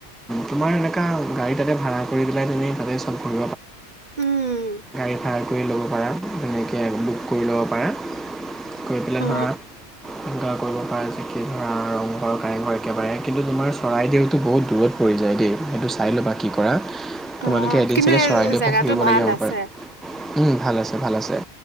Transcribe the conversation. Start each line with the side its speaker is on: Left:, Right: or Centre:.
Centre: তোমাৰ এনেকুৱা গাড়ী তাতে ভাড়া কৰি পেলাই তুমি তাতে চব কৰি
Right: উম
Centre: <unintelligible> কৰি ল'ব পাৰা। এনেকৈ বুক কৰি ল'ব পাৰা কৰি পেলাই
Right: অ
Centre: ধৰা, যোগাৰ কৰিব পাৰা আজ কি ধৰা, ৰংঘৰ, কাৰেংঘৰ একেবাৰে কিন্তু তোমাৰ চৰাইদেউতটো বহুত দূৰত। পৰি যায় দেই, সেইটো চাই ল'বা কি কৰা। তোমালোকে
Right: অ
Centre: এদিন
Right: কিন্তু
Centre: চাগে
Right: এই
Centre: চৰাইদেউৰ
Right: জেগাটো
Centre: পৰা ঘুৰিবলগীয়া
Right: ভাল
Centre: হ'ব
Right: আছে
Centre: পাৰে। উম, ভাল আছে, ভাল আছে,